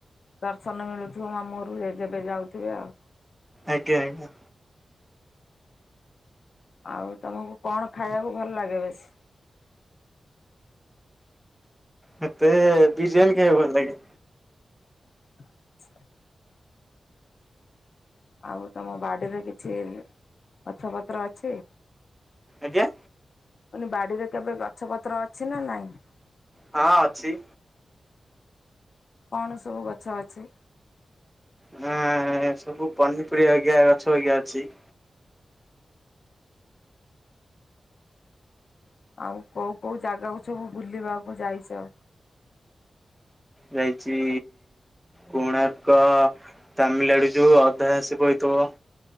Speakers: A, on the left; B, in the centre.
A: ଦର୍ଶନ ମିଳୁଥିବ ମାମୁଁ ଘରକୁ ଯେବେ ଯାଉଥିବେ ଆଉ।
B: ଆଜ୍ଞା ଆଜ୍ଞା।
A: ଆଉ ତମକୁ କଣ ଖାଇଆକୁ ଭଲ ଲାଗେ ବେଶୀ
B: ମେତେ ବିରୀଆନି ଖାଇଆକୁ ଭଲ ଲାଗେ।
A: ଆଛା। ଆଉ ତମ ବାଡ଼ିରେ କିଛି ଗଛପତ୍ର ଅଛି।
B: ଆଜ୍ଞା।
A: ମୁ କହିଲି ବଡିରେ କେବେ ଗଛ ପତ୍ର ଅଛି ନା ନାହିଁ।
B: ହଁ ଅଛି।
A: କଣ ସବୁ ଗଛ ଅଛି?
B: ହଁ ବୁ ପନିପରିବା ଅା ଗଛ ଅା ଅଛି।
A: ଆଉ କୋଉ କୋଉ ଜାଗାକୁ ସବୁ ବୁଲିବାକୁ ଯାଇଛ।
B: ଯାଇଛି କୋଣାର୍କ। ତାମିଲନାଡୁ ଯୋଉ ଅଧହାସିକ ହେଇଥିବ।